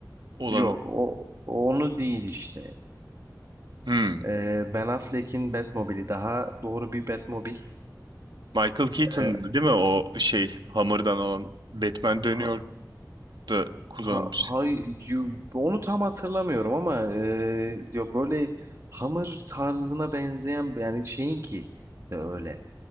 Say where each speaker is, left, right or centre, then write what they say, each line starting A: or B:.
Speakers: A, on the right; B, on the right.
A: olan.
B: Yok o onu değil işte.
A: Hmm.
B: Ee, Ben Affleck'in Batmobile'i daha doğru bir Batmobile.
A: Michael Keaton
B: Ee,
A: değil mi o şey hamurdan olan Batman dönüyor
B: ha,
A: da kullanılmış.
B: ha, hay, you- onu tam hatırlamıyorum ama ee, ya böyle Hammer tarzına benzeyen yani şeyinki de öyle.